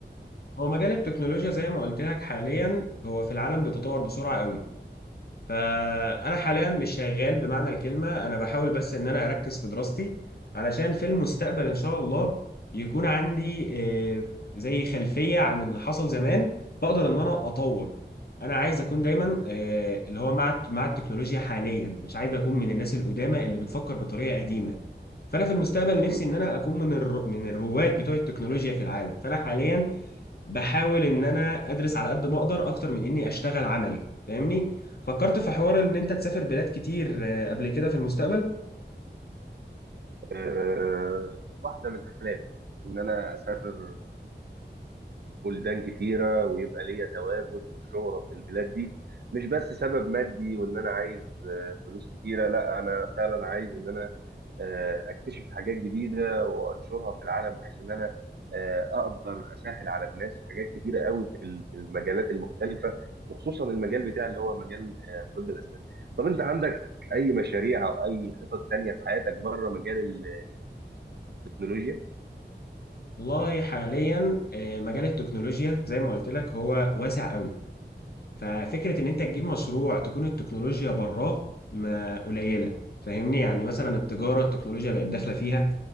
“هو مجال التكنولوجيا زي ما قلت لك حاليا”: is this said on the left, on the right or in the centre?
Left